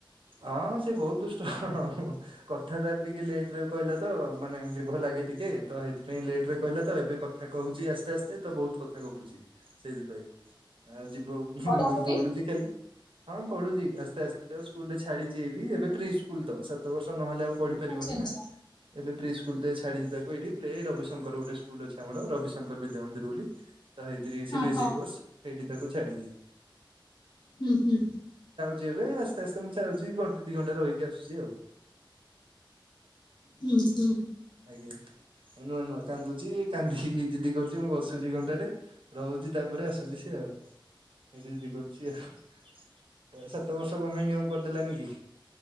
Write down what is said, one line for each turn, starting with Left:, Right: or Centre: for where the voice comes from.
Right: ହଁ ହଁ ସେ ବହୁତ ଦୁଷ୍ଟ ହଁ ହଁ କଥା ତାର ଟିକେ ଲେଟ ରେ କହିଲା ତ ମାନେ ଜିଭ ଲାଗେ ଟିକେ ଟିକେ ତ ସେଇଥିପାଇଁ ଲେଟରେ କହିଲା ତ ଏବେ କଥା କହୁଛି ଆସ୍ତେ ଆସ୍ତେ ତ ବହୁତ କଥା ଗପୁଛି ସେଇଥିପାଇଁ ଆଉ ଯିବୁ ହୁଁ
Left: ପଢାପଢି
Right: ହୁଁ ଦୌଡୁଛି ଖାଲି ହଁ ପଢୁଛି ଆସ୍ତେ ଆସ୍ତେ ତ ତାକୁ ସ୍କୁଲ ରେ ଛାଡିଛି ଏଇଠି ଏବେ ପ୍ରି ସ୍କୁଲ ତ ସାତ ବର୍ଷ ନହେଲେ ଆଉ ପଢି ପାରିବନି
Left: ଆଚ୍ଛା ଆଚ୍ଛା
Right: ନା ଏବେ ପ୍ରି ସ୍କୁଲ ଦେଇ ଛାଡିଛି ତାକୁ ଏଇଠି ପ୍ଲେ ରବିଶଙ୍କର ଗୋଟେ ସ୍କୁଲ ଅଛି ଆମର ରବିଶଙ୍କର ବିଦ୍ୟା ମନ୍ଦିର ବୋଲି ତା ହେଇଥି ସିବି
Left: ଓହୋ
Right: ଏସ୍ ଇ କୋର୍ସ ସେଇଠି ତାକୁ ଛାଡିଛି
Left: ହୁଁ ହୁଁ
Right: ଯେବେ ଆସ୍ତେ ଆସ୍ତେ ମୁଁ ଚାହୁଁଛି ଘଣ୍ଟେ ଦି ଘଣ୍ଟା ରହିକି ଆସୁଛି ଆଉ
Left: ହୁଁ ହୁଁ।
Right: ଆଜ୍ଞା। ନୂଆ ନୂଆ କାନ୍ଦୁଚି କାନ୍ଦିକି ଜିଦି କରୁଚି ମୁଁ ବସୁଚି ବି ଘଣ୍ଟା ଟେ ରହୁଚି ତାପରେ ଆସୁଚି ସେ <unintelligible> ଜିଦି କରୁଚି ଆଉ। ସାତ ବର୍ଷ ଗମେଣ୍ଟ ନିୟମ କରିଦେଲାନି କି।